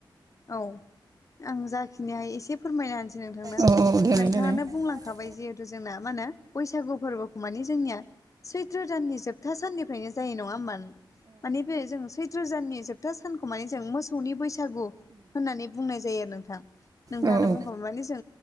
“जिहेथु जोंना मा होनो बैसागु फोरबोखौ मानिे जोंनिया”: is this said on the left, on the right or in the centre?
Left